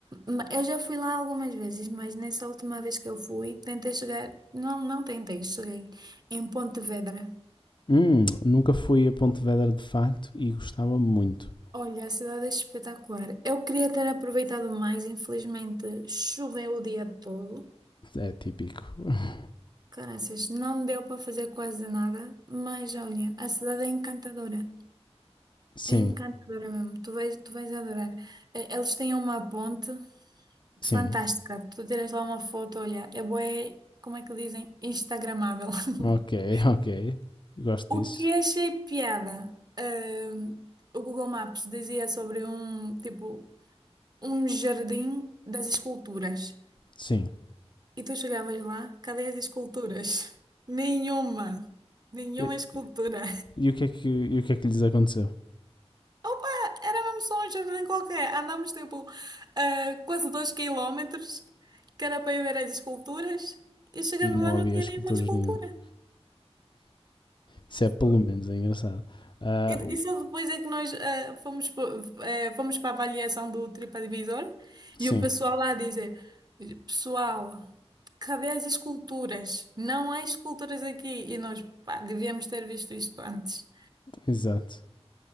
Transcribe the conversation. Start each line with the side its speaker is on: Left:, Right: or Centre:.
Right: Ma- Eu já fui lá algumas vezes, mas nessa última vez que eu fui, tentei chegar, não, não tentei, cheguei em Pontevedra.
Left: Hum, nunca fui a Pontevedra de facto e gostava muito.
Right: Olha, a cidade é espetacular. Eu queria ter aproveitado mais, infelizmente choveu o dia todo.
Left: É típico. <laughs>
Right: Caraças, não deu para fazer quase nada, mas olha, a cidade é encantadora.
Left: Sim,
Right: É encantadora mesmo. Tu vais, tu vais adorar. Eh, Eles têm uma ponte
Left: sim.
Right: fantástica. Tu tiras lá uma foto, olha, é bué, como é que dizem? Instagramável. <laughs>
Left: Ok, <laughs> ok. Gosto
Right: O
Left: disso.
Right: que achei piada, eh, o Google Maps dizia sobre um, tipo, um jardim das esculturas.
Left: Sim.
Right: E tu chegavas lá, cadê as esculturas? <laughs> Nenhuma. Nenhuma
Left: E,
Right: escultura.
Left: e o, que é que, e o que é que lhes aconteceu?
Right: opa Era mesmo só um jardim qualquer. Andámos tipo ah, quase dois quilómetros, que era para ir ver as esculturas, e chegando
Left: E não
Right: lá não
Left: havia
Right: tinha
Left: esculturas
Right: nenhuma escultura.
Left: nenhumas. Isso é
Right: foi
Left: pelo menos é engraçado. Ah,
Right: E, e só depois é que nós ah, fomos, po- ah, fomos para a avaliação do TripAdvisor
Left: sim.
Right: e o pessoal lá dizer: Pessoal, cadê as esculturas? Não há esculturas aqui. E nós, pá, devíamos ter visto isto antes.
Left: Exato.